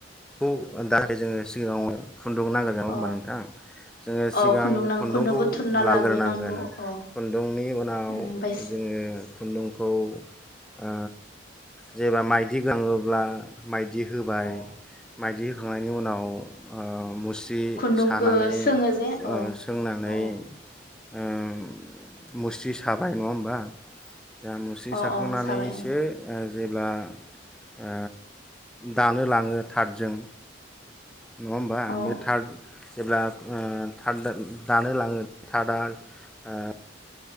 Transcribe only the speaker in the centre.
खौ दा जोंङो सिगाङाव खुन्दुं नांग्रोगोन नङा
होमबा नोंथां जोङो सिगां
खुन्दुंखौ
लाग्रोनांगोन
खुन्दुंनि उनाव
जोङो खुन्दुंखौ ओ जेबा माइदि गाङोब्ला माइदि होबाय।
मायदि होखांनायनि उनाव ओ मुस्रि
सानानै
ओ
सोंनानै
ओम मुस्रि साब बाय नङा होमबा? दा मुस्रि
साखांनानैसो
ओ जेब्ला आ दानो लाङो थादजों नङा होमबा
बे थार्ड जेब्ला ओ थार्ड दानो लाङो थार्डआ आ